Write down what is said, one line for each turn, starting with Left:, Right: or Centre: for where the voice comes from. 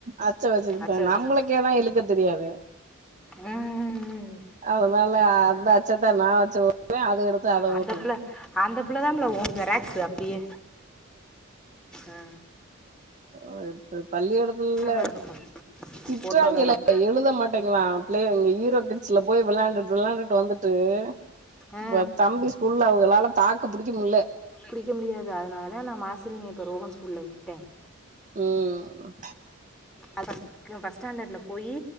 Right: அச்ச வச்சுக்கிட்டுதா
Centre: அச்ச வச்சு
Right: நம்மளுக்கேதா இழுக்க தெரியாது
Centre: ம்
Right: அதனால அந்த அச்சத்தா நா வச்சவுடுவே அத எடுத்து அத
Centre: அந்த
Right: வுட்டு
Centre: பிள்ளை அந்த புள்ளதா புள்ள ஊ ஜெராக்ஸ்ஷு அப்டியே அ
Right: ஒ இப்ப பள்ளிகூடத்துல்லா
Centre: மாதிரி இருக்கும்
Right: திட்றாங்களா
Centre: ஃபோட்டோலலாம்
Right: எழுத மாட்டேங்களா பிள்ளைய இங்க ஹீரோ கிட்ஸ்ல போய் விளாண்டுட்டு விளையாண்டுட்டு வந்துட்டு
Centre: ஆ
Right: இப்ப தம்பி ஸ்கூல்ல அவங்களால தாக்க பிடிக்க முடியல
Centre: புடிக்க முடியாது அதனால தா நா மாசினிய இப்ப ரோஹன் ஸ்கூல்ல விட்டே
Right: ம்
Centre: அ ஃபஸ் ஃபர்ஸ்ட் ஸ்டாண்டேடுல போயி